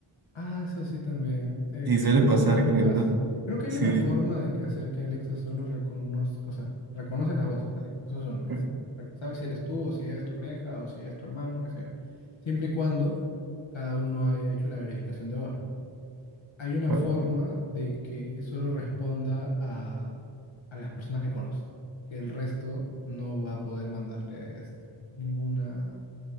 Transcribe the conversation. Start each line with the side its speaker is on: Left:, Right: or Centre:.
Left: Ah, eso sí también. Eh,
Right: Sí, suele
Left: creo,
Right: pasar,
Left: creo que
Right: creo,
Left: pasa.
Right: ¿no?
Left: Creo que hay
Right: Sí.
Left: una forma de que hacer que Alexa solo reconozca, o sea, reconoce las voces, Alexa. Eso es uno, ¿ya?
Right: <laughs> Ujú.
Left: Re- Sabe si eres tú, o si es tu pareja, o si es tu hermano, qué sé yo. Siempre y cuando cada uno haya hecho la verificación de voz, ¿no? Hay una
Right: Ah,
Left: forma de que solo responda a, a las personas que conoce, que el resto no va a poder mandarle este, ninguna